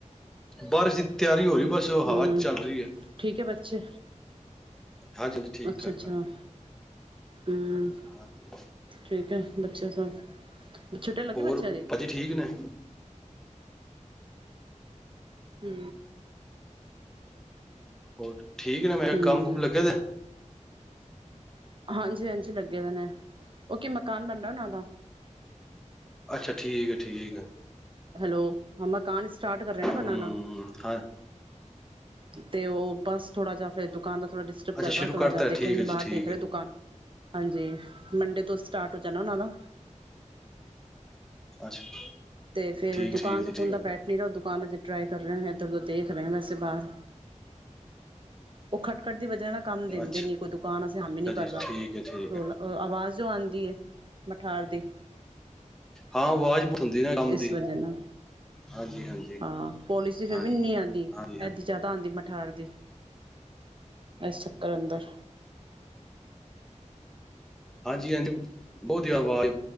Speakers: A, in the centre; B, on the right.
A: ਬਾਰਿਸ਼ ਦੀ ਤਿਆਰੀ ਹੋ ਰਹੀ ਬਸ ਉਹ
B: ਹੂੰ
A: ਹਵਾ ਚੱਲ ਰਹੀ ਹੈ
B: ਠੀਕ ਹੈ ਬੱਚੇ
A: ਹਾਂਜੀ ਹਾਂਜੀ ਠੀਕ
B: ਅੱਛਾ
A: ਠਾਕ
B: ਅੱਛਾ
A: ਹਾਂਜੀ
B: ਹੂੰ
A: ਹਾਂਜੀ
B: ਠੀਕ ਹੈ। ਬੱਚਿਆਂ ਸਭ ਛੁੱਟੀਆਂ ਲੱਗੀ
A: ਹੋਰ
B: ਬੱਚਿਆਂ ਦੀ
A: ਭਾਜੀ ਠੀਕ ਨੇ।
B: ਹੂੰ
A: ਹੋਰ ਠੀਕ ਨਾ ਮੇਰੇ
B: ਹੂੰ,
A: ਕੰਮ ਕੁਮ ਲੱਗੇ ਨੇ।
B: ਹਾਂਜੀ ਹਾਂਜੀ ਲੱਗੇ ਹੋਏ ਨੇ। ਉਹ ਕੀ ਮਕਾਨ ਬਣਦਾ ਉਹਨਾਂ ਦਾ
A: ਅੱਛਾ ਠੀਕ ਹੈ ਠੀਕ ਹੈ।
B: ਹੈਲੋ ਹਮ ਅਕਾਸ ਸਟਾਰਟ ਕਰ ਲੈ ਇੰਨਾ
A: ਹਮ
B: ਦਾ
A: ਹਾਂ
B: ਤੇ ਉਹ ਬਸ ਥੋੜਾ ਜਿਹਾ ਫੇਰ ਦੁਕਾਨ ਦਾ ਥੋੜ੍ਹਾ ਡਿਸਟਰਬ
A: ਅੱਛਾ
B: ਚੱਲ
A: ਸ਼ੁਰੂ
B: ਰਿਹਾ ਥੋੜ੍ਹਾ
A: ਕਰਤਾ
B: ਜਿਹਾ ਦੇਖੋਗੇ
A: ਠੀਕ ਹੈ ਜੀ
B: ਬਾਹਰ
A: ਠੀਕ
B: ਦੇਖ ਰਹੇ
A: ਹੈ
B: ਦੁਕਾਨ। ਹਾਂਜੀ ਮੰਡੇ ਤੋਂ ਸਟਾਰਟ ਹੋ ਜਾਣਾ ਉਹਨਾਂ ਦਾ
A: ਅੱਛਾ
B: ਤੇ ਫੇਰ
A: ਠੀਕ
B: ਦੁਕਾਨ
A: ਠੀਕ ਜੀ
B: ਦੁਕੂਾਨ
A: ਠੀਕ
B: ਦਾ ਬੈਠ ਨੀ ਰਹ ਦੁਕਾਨ ਅਜੇ ਟਰਾਈ ਕਰ ਰਹੇ ਨੇ। ਚਲੋ ਦੇਖ ਰਹੇਗਾ ਬਾਹਰ ਉਹ ਖਟਖਟ ਦੀ ਵਜ੍ਹਾ ਨਾਲ ਕੰਮ ਦਿੰਦੇ
A: ਅੱਛਾ
B: ਨੀ ਕੋਈ ਦੁਕਾਨ ਅਸੀਂ ਹਾਮੀ ਹੀ ਨੀ
A: ਜੀ
B: ਭਹਾ
A: ਠੀਕ ਹੈ ਠੀਕ
B: ਰੋਲਾ
A: ਹੈ
B: ਆਵਾਜ਼ ਜੋ ਆਉਂਦੀ ਹੈ ਮਠਾਰ ਦੀ
A: ਹਾਂ ਆਵਾਜ਼ ਬਹੁਤ ਹੁੰਦੀ ਨਾ ਕੰਮ
B: ਇਸ
A: ਦੀ
B: ਵਜੇ ਨਾਲ।
A: ਹਾਂਜੀ ਹਾਂਜੀ
B: ਹਾਂ ਪੋਲਿਸ਼ ਦੀ ਜਮਾ
A: ਹਾਂਜੀ
B: ਇਹ ਨਹੀ ਆਂਦੀ
A: ਹਾਂਜੀ
B: ਇਹਦੀ
A: ਹਾਂਜੀ
B: ਜਾਦਾ ਆਂਦੀ। ਠਾਰ ਦੀ ਇਸ ਚੱਕਰ ਅੰਦਰ
A: ਹਾਂਜੀ ਹਾਂਜੀ ਓਦੀ ਆਵਾਜ਼